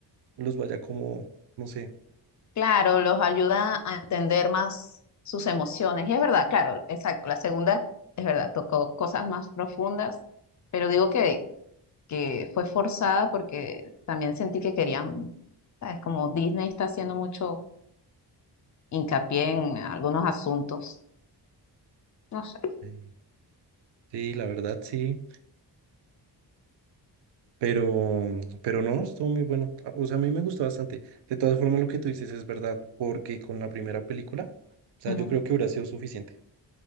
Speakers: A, on the right; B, on the left.
A: los vaya como, no sé.
B: Claro, los ayuda a entender más sus emociones. Y es verdad, claro, exacto. La segunda, es verdad, tocó cosas más profundas, pero digo que, que fue forzada porque también sentí que querían, ¿sabes? Como Disney está haciendo mucho hincapié en algunos asuntos. No sé.
A: eh, Sí, la verdad, sí. Pero, pero no, estuvo muy bueno. Ah, O sea, a mí me gustó bastante. De todas formas, lo que tú dices es verdad, porque con la primera película, o sea,
B: Ujú.
A: yo creo que hubiera sido suficiente.